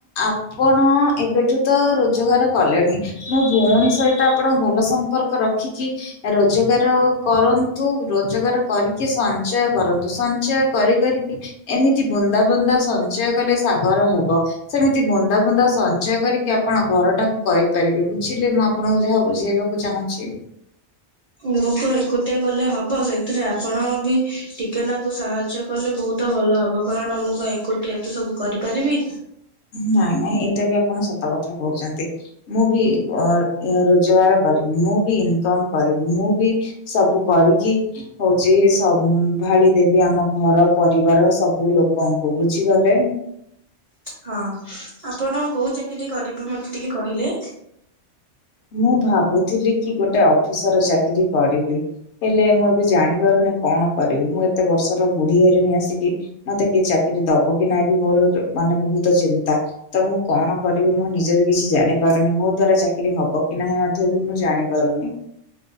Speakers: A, on the left (about 65°); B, on the right (about 50°).
A: ଆପ୍ ଆପଣ ଏବେଠୁ ତ ରୋଜଗାର କଲେଣି, ମୋ ଭଉଣୀ ସହିତ ଆପଣଙ୍କ ଭଲ ସମ୍ପ୍ ସମ୍ପର୍କ ରଖିକି ରୋଜଗାର କରନ୍ତୁ, ରୋଜଗାର କରିକି ସଞ୍ଚୟ କରନ୍ତୁ, ସଞ୍ଚୟ କରି କରିକି ଏମିତି ବୁନ୍ଦା ବୁନ୍ଦା ସଞ୍ଚୟ କଲେ, ସାଗର ହବ। ସେମିତି ବୁନ୍ଦା ବୁନ୍ଦା ସଞ୍ଚୟ କରିକି ଆପଣ ଘରଟାକୁ କରିପାରିବେ, ବୁଝିଲେ, ମୁଁ ଆପଣଙ୍କୁ ଯାହା ବୁଝେଇବା କୁ ଚାହୁଁଚି
B: ମୁଁ କଣ ଏକୁଟିଆ କଲେ ହବ, ସେଇଥିରେ ଆପଣ ବି ଟିକେନାକୁ ସାହାଯ୍ ଯ୍ୟ କଲେ ବହୁତ ଭଲ ହବ, କାରଣ ମୁଁ କଣ ଏକୁଟିଆ ଏତେ ସବୁ କରିପାରିବି?
A: ନାଇଁ ନାଇଁ ଏଇଟା ବି ଆପଣ ସତ କଥା କହୁଚନ୍ତି, ମୁଁ ବି ରୋଜଗାର କରିବି, ମୁଁ ବି ଇନକମ୍ କରିବି, ମୁଁ ବି ସବୁ କରିକି ହଉଚି ସମ୍ଭାଳି ଦେବି, ଆମ ଘର ପରିବାର ସବୁ ଲୋକଙ୍କୁ, ବୁଝିଗଲେ?
B: ହଁ, ଆପଣ କୋଉ ଚାକିରି କରିବେ ମତେ ଟିକେ କହିଲେ?
A: ମୁଁ ଭାବୁଥିଲି କି ଗୋଟେ ଅଫିସର୍ ଚାକିରି କରିବି। ହେଲେ ମୁଁ ଏବେ ଜାଣିପାରୁନି କଣ କରିବି? ମୁଁ ଏତେ ବର୍ଷର ବୁଢୀ ହେଲିଣି ଆସିକି ମତେ କିଏ ଚାକିରି ଦବ କି ନାହିଁ ବି, ମୋର ମାନେ ବହୁତ ଚିନ୍ତା। ତ ମୁଁ କଣ କରିବି, ମୁଁ ନିଜେ ବି କିଛି ଜାଣିପାରୁନି, ମୋ ଦ୍ଵାରା ଚାକିରି ହବ ହବ କି ନାହିଁ ମଧ୍ୟ ବି ମୁଁ ଜାଣି ପାରୁନି।